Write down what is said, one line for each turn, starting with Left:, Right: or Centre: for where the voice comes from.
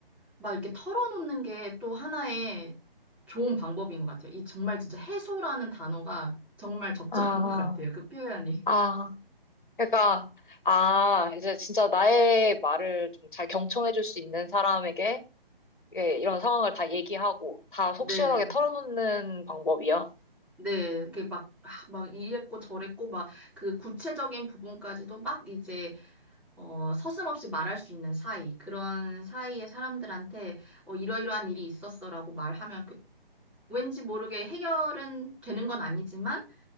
Centre: 막 이렇게 털어놓는 게 또 하나의 좋은 방법인 것 같아요. 이 정말 진짜 해소라는 단어가 정말 적절한
Left: 아,
Centre: 것 같아요. 그 표현이.
Left: 아, 그러니까, 아, 이제 진짜 나의 말을 좀 잘 경청해줄 수 있는 사람에게 예, 이런 상황을 다 얘기하고 다 속
Centre: 네.
Left: 시원하게 털어놓는 방법이요.
Centre: 네, 이게 막, 아, 막 이랬고 저랬고 막 그 구체적인 부분까지도 막 이제 어, 서슴없이 말할 수 있는 사이, 그런 사이의 사람들한테 어, 이러이러한 일이 있었어라고 말하면 그- 왠지 모르게 해결은 되는 건 아니지만